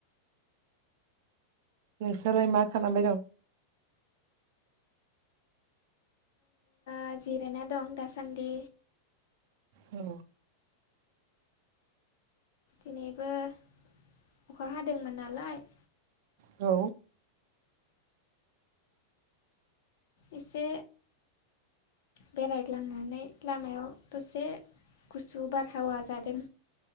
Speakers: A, on the right; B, on the left.
A: नोंसालाय मा खालामबाय दं?
B: आ जिरायना दं दासान्दि।
A: औ
B: दिनैबो अखा हादोंमोन नालाय।
A: औ
B: एसे बेरायग्लांनानै लामायाव दसे गुसु बारहावा जादों।